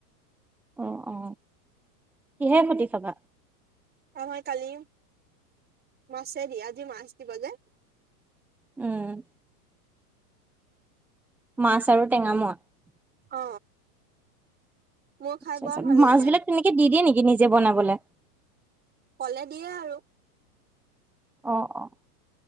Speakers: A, in the centre; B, on the right (about 20°).
A: অ-অ কিহে সতি খাবা?
B: আমাৰ কালি মাছেদি, আজি মাছ দিবা যে।
A: উম। মাছ আৰু টেঙা মোৱা।
B: অ মোৰ
A: আচ্ছা,
B: খাই বৰ ভাল
A: মাছ
B: লাগে
A: বিলাক তেনেকে দি দিয়ে নেকি নিজে বনাবলে।
B: কলে দিয়ে আৰু।
A: অ-অ